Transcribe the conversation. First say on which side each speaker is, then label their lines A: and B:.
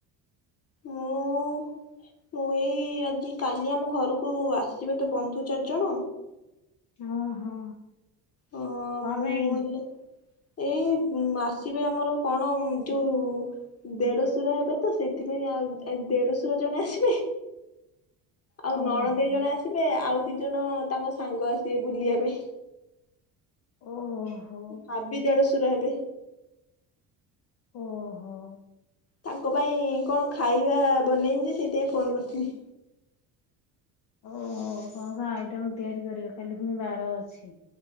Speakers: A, on the left; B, on the left.
A: ମୁଁ ମୁଁ ଏଇ ଆଜି କାଲି ଆମ ଘରକୁ ଆସିବେ ତ ବନ୍ଧୁ ଚାରି ଜଣ
B: ହଁ ହଁ।
A: ଅ
B: କଣ
A: ମୁଁ
B: ପାଇଁ।
A: ହେଲେ ଏଇ ଉ ଆସିବେ ଆମର କଣ ଯୋଉ ଦେଢଶୁର ହେବେ ତ ସେଇଥିପାଇଁ ଆଉ ଦେଢଶୁର ଜଣେ ଆସିବେ। ଆଉ
B: ଓହୋ
A: ନଣ ଦେଇ ଜଣେ ଆସିବେ ଆଉ ଦି ଦି ଜଣ ତାଙ୍କ ସାଙ୍ଗ ଆସିବେ ବୁଲିବା ପାଇଁ।
B: ଓହୋ
A: ଭାବି ଦେଢ ଶୁଢ଼ ହେବେ।
B: ଓହୋ।
A: ତାଙ୍କ ପାଇଁ କଣ ଖାଇବା ବନେଇମି ଯେ ସେଇଥିାଇଁ ଫୋନ କରିଥିଲି।
B: ଓହୋ କଣ କଣ ଆଇଟମ ତିଆରି କରିବ କାଲି ପୁଣି ବାର ଅଛି।